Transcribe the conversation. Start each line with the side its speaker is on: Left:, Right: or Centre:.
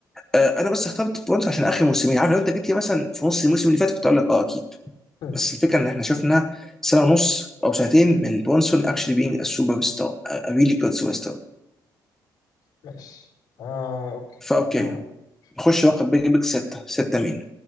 Centre: آه انا بس اخترت برونز عشان اخر موسمين عارف لو انت جيت لي مثلا في نص الموسم اللي فات كنت اقول لك اه اكيد
Left: <laughs>
Centre: بس الفكره ان احنا شفنا سنه ونص او سنتين من برونسون اكشلي بينج سوبر ستار ريلي جود سوبر ستار
Left: ماشي آه أوكي
Centre: فاوكي
Left: أنا
Centre: نخش
Left: ماشي
Centre: بقى بيج بيج سته سته مين؟